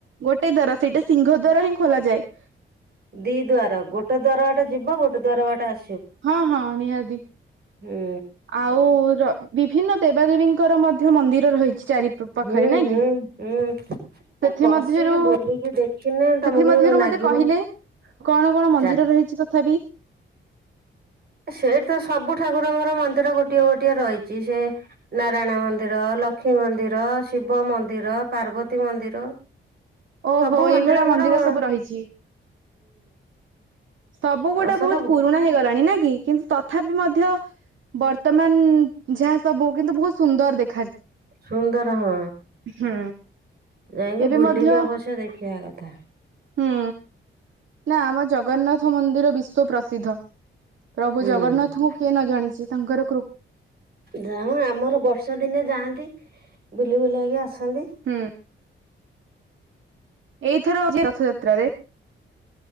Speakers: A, on the right; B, on the right.
A: ଗୋଟେ ଦ୍ଵାର ସେଇଟା ସିଂଘ ଦ୍ୱାର ହିଁ ଖୋଲ ଯାଏ।
B: ଦି ଦ୍ୱାର ଗୋଟେ ଦ୍ୱାର ବାଟେ ଯିବ ଗୋଟେ ଦ୍ୱାର ବାଟେ ଆସ
A: ହଁ ହଁ ନିହାତି
B: ହୁଁ
A: ଆଉ ର ବିଭିନ୍ନ। ଦେବା ଦେବୀଙ୍କର ମଧ୍ୟ ମନ୍ଦିର ରହି ଚ-ଚାରି ପ-ପାଖରେ
B: ହୁଁ
A: ନାଇଁ
B: ହୁଁ
A: କି
B: ହୁଁ ଏ
A: ସେଥି
B: ବସିକି
A: ମଧ୍ୟ ରୁ
B: ବୁଲିକି ଦେଖିନେ
A: ସେଥି
B: ତମକୁ
A: ମ ଧ୍ୟରୁ
B: ନାଗିବ
A: ମତେ କହିଲେ କଣ କଣ ମନ୍ଦିର
B: ଚା
A: ରହିଛି ତଥାପି।
B: ସେଇଠି ତ ସବୁ ଠାକୁରଙ୍କର ମନ୍ଦିର ଗୋଟିଏ ଗୋଟିଏ ରହିଛି ସେ ନାରାୟଣ ମନ୍ଦିର ଲ ଲକ୍ଷ୍ମୀ ମନ୍ଦିର ଶିବ ମନ୍ଦିର ପାର୍ବତୀ ମନ୍ଦିର।
A: ଓହୋ
B: ସବୁ ମନ୍ଦିରଙ୍କର
A: ଏଇଭଳିଆ ମନ୍ଦିର
B: ହୁଁ।
A: ସବୁ ରହିଛି। ସବୁ ଗୋଟା
B: ଅସଲ
A: ବହୁତ ପୁରୁଣା ହେଇଗଲାଣି ନା କି କିନ୍ତୁ ତଥାପି ମଧ୍ୟ। ବର୍ତ୍ତମାନ ଯାହା ସବୁ କିନ୍ତୁ ବହୁତ ସୁନ୍ଦର ଦେଖ
B: ସୁନ୍ଦର ହଁ।
A: ହୁଁ
B: ଯାଇକି
A: ଏବେ
B: ବୁଲିକି
A: ମଧ୍ୟ
B: ଅବଶ୍ୟ ଦେଖିବା କଥା।
A: ହୁଁ ନା ଆମ ଜଗନ୍ନାଥ ମନ୍ଦିର ବିଶ୍ୱ ପ୍ରସିଦ୍ଧ। ପ୍ରଭୁ
B: ହୁଁ
A: ଜଗନ୍ନାଥଙ୍କୁ କିଏ ନ ଜାଣିଛି ତାଙ୍କର କୃ
B: ଯାହା ଆମର ବର୍ଷା ଦିନେ ଯାଆନ୍ତି ବୁଲି ବୁଲାକି ଆ ସନ୍ତି।
A: ହୁଁ ଏଇଥର ଯେ <unintelligible> ରଥଯାତ୍ରାରେ